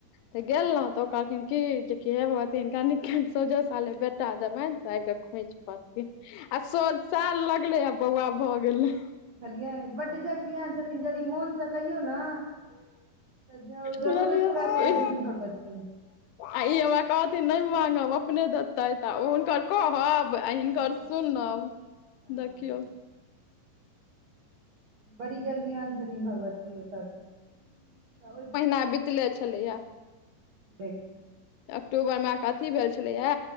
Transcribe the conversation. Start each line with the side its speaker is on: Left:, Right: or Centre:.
Left: तऽ
Right: अच्छा
Left: गेलहुँ तऽ ओ कहलखिन की जेकि हेभगवती! हिनका सझे साले बेटा देबनि तऽ आब कऽ खोंच पड़त। आ सो साल लगले आ बौआ भऽ गेलै।
Right: बुझलियै, बड्ड जग -जिहान छथिन, यदि मोनसँ कहियौ ने तऽ जरूरे
Left: बुझलियै
Right: पूरा करै
Left: ई
Right: छथिन, भगवती!
Left: आ ई हमरा कहथिन नहि माँगब, अपने देतैथ, आ ओ हुनकर कहब आब हनक
Right: हँ
Left: सुनब,
Right: हँ
Left: देखियौ।
Right: बड़ी जल्द तेहन छथिन भगवती ओत के, आ ओई
Left: आ बीतले छलै य।
Right: देखि।
Left: अक्टूबर म के अथी भेल छलैया,